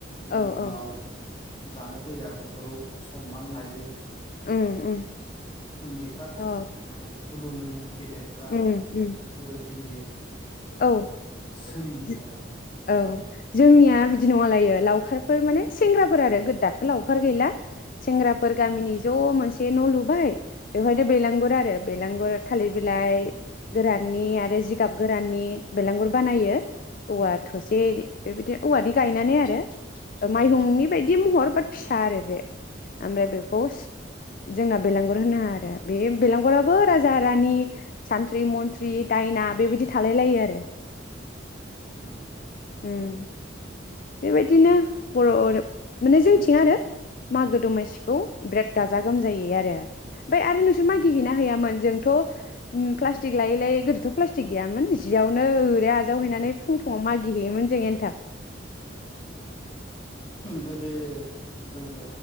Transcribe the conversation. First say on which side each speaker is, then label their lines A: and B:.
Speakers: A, on the left; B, on the left.
A: बेनि
B: औ
A: उनाव
B: औ
A: जानो फैग्राफोरखौ सनमान लायो।
B: उम उम
A: उन्दैफ्रा खु
B: अ
A: माने खुलुमो गेदेरफ्रा
B: उम उम
A: ओ बोर होयो बेबायदि
B: औ
A: सोलियो
B: जो
A: आरो।
B: औ जोंनिया बिदि नङालायो लावखारफोर माने सेंग्राफोर आरो दाथ' लावखार गैला सेंग्राफोर गामिनि ज' मोनसे न' लुबाय बेवहायनो बेलांगुर आरो बेलांगुर थालिर बिलाइ गोराननि आरो जिगाब गोराननि बेलांगुर बानायो औवा थसे बेबायदि औवानि गायनानै आरो माइहुंनि बायदि महर बाट फिसा आरो बे ओमफ्राय बेखौ जोंना बेलांगुर होनो आरो बे बेलांगुराबो राजा रानि सानथ्रि मन्थ्रि दायना बेबायदि थालाय लायो आरो
A: उम।
B: उम बेबायदिनो बर' माने जोंनिथिं आरो मागो दमासिखौ बिराद गाजा गोमजायै आरो ओमफ्राय आरो नोंसोर मागि हैैयोना हैैयामोन जोंथ' प्लास्टिक लायै लायै गोदोथ' प्लास्टिक गैयामोन जियावनो ओरै आजावहैनानै फुं फुङाव मागि हैैयोमोन जों एनथाब।
A: गोदो जोंबो